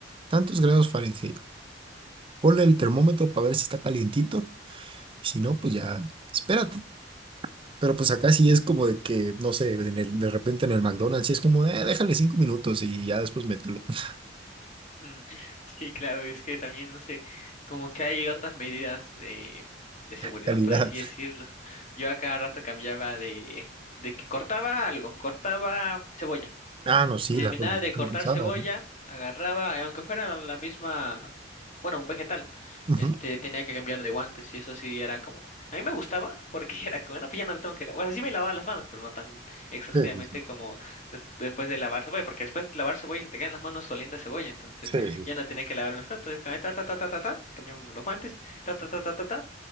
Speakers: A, on the right; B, on the left.
A: tantos grados Fahrenheit. Ponle el termómetro para ver si está calientito. y Si no, pues ya, espérate. Pero pues acá sí es como de que, no sé, en el- de repente en el McDonald's sí es como, eh, déjale cinco minutos y ya después mételo. <laughs>
B: mm, <laughs> Sí, claro, es que también, no sé, como que hay otras medidas de, de seguridad,
A: Calidad.
B: por así decirlo. Yo a cada rato cambiaba de, de que cortaba algo, cortaba cebolla.
A: Ah, no, sí,
B: Terminaba
A: la cruz-
B: de cortar
A: cruzada,
B: cebolla,
A: ¿no?
B: agarraba, eh, aunque fuera la la misma, bueno, un vegetal,
A: Ujú.
B: este, tenía que cambiar de guantes y eso sí era como, a mí me gustaba porque <laughs> era como, no, pues ya no me tengo que lavar, o sea, sí me lavaba las manos, pero no tan exhaustivamente
A: Sí, sí, sí.
B: como des- después de lavar cebolla, porque después de lavar cebolla se te quedan las manos oliendo a cebolla, entonces
A: Sí, sí,
B: ya
A: sí.
B: no tenía que lavarme tanto, entonces cambié, ta, ta, ta, ta, ta, ta, cambiamos los guantes, ta, ta, ta, ta, ta, ta,